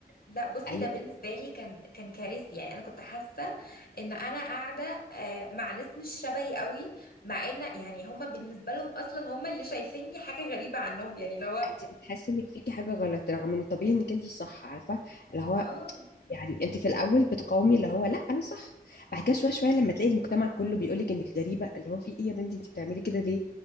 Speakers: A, on the left (about 65°); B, on the left (about 80°).
A: لا بصي
B: ايوه
A: ده بالنسبه لي كان كان كارثي يعني انا كنت حاسه ان انا قاعده آه، مع ناس مش شبهي قوي مع ان يعني هما بالنسبه لهم اصلا هما اللي شايفيني حاجه غريبه عنهم يعني لو
B: انت بتحسي انك فيكي حاجة غلط رغم ان طبيعي انك انت صح عارفة اللي هو
A: اه
B: يعني انت في الاول بتقاومي اللي هو لا انا صح بعد كده شويه شويه لما تلاقي المجتمع كله بيقول لك انك غريبه اللي هو في ايه يا بنتي انت بتعملي كده ليه